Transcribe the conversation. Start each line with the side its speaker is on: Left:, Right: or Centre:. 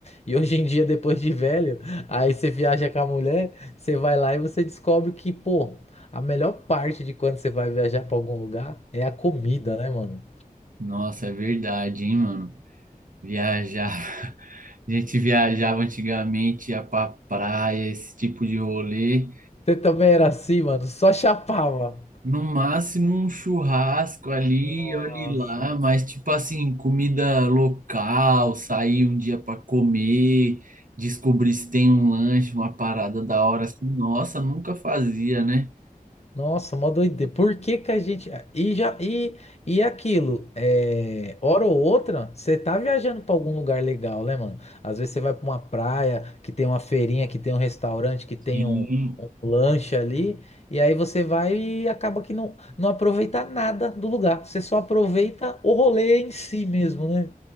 Left: E hoje em dia, depois de velho, aí você viaja com a mulher, você vai lá e você descobre que, pô, a melhor parte de quando você vai viajar pra algum lugar é a comida, né, mano?
Right: Nossa, é verdade, hein, mano? Viajava. <laughs> A gente viajava antigamente, ia pra praia, esse tipo de rolê.
Left: Você também era assim, mano, só chapava.
Right: No máximo um churrasco ali,
Left: Nossa.
Right: olhe lá, mas tipo assim, comida local, sair um dia para comer, descobrir se tem um lanche, uma parada da hora assim, nossa, nunca fazia, né?
Left: Nossa, mó doideira. Por que que a gente. ah, E já e, e aquilo, é... hora ou outra, você tá viajando pra algum lugar legal, né, mano? Às vezes você vai pra uma praia que tem uma feirinha, que tem um restaurante, que tem
Right: Sim.
Left: um, um lanche ali, e aí você vai e acaba que não, não aproveita nada do lugar. Você só aproveita o rolê em si mesmo, né?